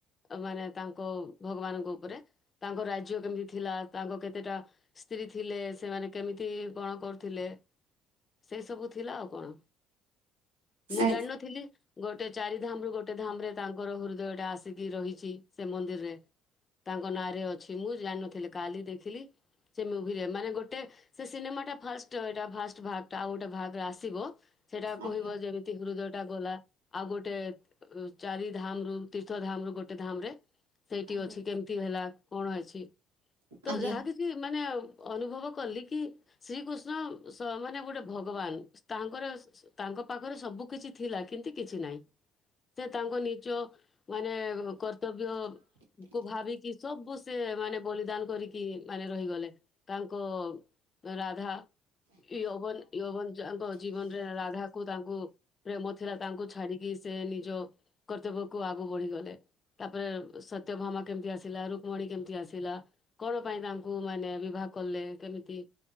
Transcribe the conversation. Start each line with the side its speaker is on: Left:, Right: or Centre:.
Left: ମାନେ ତାଙ୍କ ଭଗବାନଙ୍କ ଉପରେ ତାଙ୍କ ରାଜ୍ୟ କେମିତି ଥିଲା ତାଙ୍କ କେତେଟା ସ୍ତ୍ରୀ ଥିଲେ ସେମାନେ କେମିତି କଣ କରୁଥିଲେ ସେ ସବୁ ଥିଲା ଆଉ କଣ। ମୁଁ
Right: ଆ
Left: ଜାଣିନଥିଲି ଗୋଟେ ଚାରି ଧାମରୁୁ ଗୋଟେ ଧାମ ରେ ତାଙ୍କର ହୃଦୟଟା ଆସିକି ରହିଛି ସେ ମନ୍ଦିରରେ। ତାଙ୍କ ନାଁରେ ଅଛି ମୁଁ ଜାଣିନଥିଲି କାଲି ଦେଖିଲି। ସେ ମୁଭିରେ ମାନେ ଗୋଟେ ସେ ସିନେମା ଟା ଫାଷ୍ଟ ଏଟା ଫାଷ୍ଟ ଭାଗ ଟା ଆଉ ଗୋଟେ ଭାଗରେ ଆସିବ। ସେଇଟା କହିବ
Right: ଆଜ୍ଞା
Left: ଯେମ ହୃଦୟ ଟା ଗଲା ଆଉ ଗୋଟେ ଚାରି ଧାମ ରୁ ତୀର୍ଥ ଧାମ ରୁ ଗୋଟେ ଧାମ ରେ ସେଇଠି
Right: ଆଜ୍ଞା
Left: ଅଛି କେମିତି ହେଲା କଣ ଅଛି। ତ
Right: ଆଜ୍ଞା ଆଜ୍ଞା
Left: ଯାହା କିଛି ମାନେ ଅନୁଭବ କଲି କି ଶ୍ରୀକୃଷ୍ଣ ସ ମାନେ ଗୋଟେ ଭଗବାନ ସ୍ତାଙ୍କର ସ୍ ତାଙ୍କ ପାଖ ଆର ସବୁ କିଛି ଥିଲା କିନ୍ତୁ, କିଛି ନାଇଁ। ସେ ତାଙ୍କ ନିଜ ମାନେ ଏ କର୍ତ୍ତବ୍ୟ କୁ ଭାବିକି ସବୁ ସେ ମାନେ ବଳିଦାନ କରିକି ମାନେ ରହିଗଲେ। ତାଙ୍କ ରାଧା ୟବନ ୟବନଙ୍କ ଯାଙ୍କ ଜୀବନରେ ରାଧାକୁ ଗୋ ପ୍ରେମ ଥିଲା ତାଙ୍କୁ ଛାଡିକି ସେ ନିଜ କର୍ତ୍ତବ୍ୟକୁ ଆଗୁକୁ ବଢିଗଲେ। ତାପରେ ସତ୍ୟଭାମା କେମତି ଆସିଲା। ରୁକ୍ମଣୀ କେମିତି ଆସିଲା। କଣ ପାଇଁ ତାଙ୍କୁ ମାନେ ବିବାହ କଲେ। କେମିତି